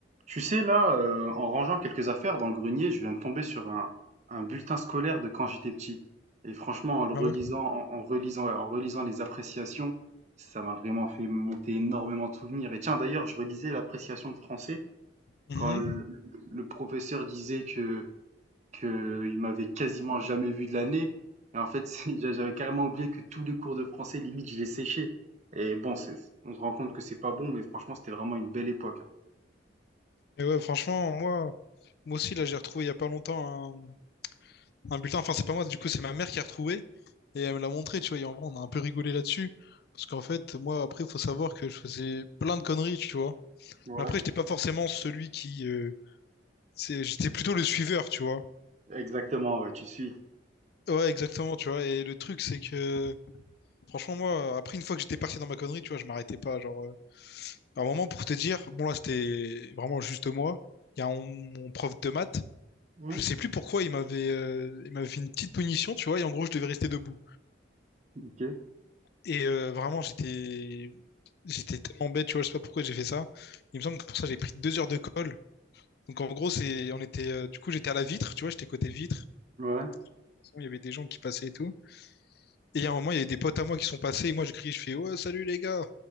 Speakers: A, on the right; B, on the left.
A: Tu sais, là, euh, en rangeant quelques affaires dans le grenier, je viens de tomber sur un, un bulletin scolaire de quand j'étais petit. Et franchement, en le relisant,
B: Ah ouais.
A: en, en relisant, ouais, en relisant les appréciations, ça m'a vraiment fait monter énormément de souvenirs. Et tiens, d'ailleurs, je relisais l'appréciation de français
B: Mhm.
A: quand le, le professeur disait que, que il m'avait quasiment jamais vu de l'année. Et en fait, <laughs> j'avais carrément oublié que tous les cours de français, limite, je les séchais. Et bon, c'est, on se rend compte que c'est pas bon, mais franchement, c'était vraiment une belle époque. hein.
B: Et ouais, franchement, moi, moi aussi, là, j'ai retrouvé il y a pas longtemps un, un bulletin. Enfin, c'est pas moi, du coup, c'est ma mère qui a retrouvé. Et elle me l'a montré, tu vois. Et en vrai, on a un peu rigolé là-dessus. Parce qu'en fait, moi, après, il faut savoir que je faisais plein de conneries, tu vois.
A: Ouais.
B: Mais après, j'étais pas forcément celui qui. euh, c'est, j'étais plutôt le suiveur, tu vois.
A: Exactement, ouais, tu suis.
B: Ouais, exactement, tu vois. Et le truc, c'est que. Franchement, moi, après, une fois que j'étais parti dans ma connerie, tu vois, je m'arrêtais pas. Genre, euh, à un moment, pour te dire, bon, là, c'était vraiment juste moi. Il y a un- mon prof de maths.
A: Hmm
B: je sais plus pourquoi il m'avait euh, il m'avait fait une petite punition, tu vois, et en gros je devais rester debout.
A: Ok,
B: Et euh, vraiment j'étais j'étais tellement bête, tu vois, je sais pas pourquoi j'ai fait ça. Il me semble que pour ça j'ai pris deux heures de colle. Donc en gros c'est on était euh, du coup j'étais à la vitre, tu vois, j'étais côté vitre.
A: ouais.
B: De toute façon, Il y avait des gens qui passaient et tout. Et à un moment il y avait des potes à moi qui sont passés et moi je criais, je fais ouais salut les gars.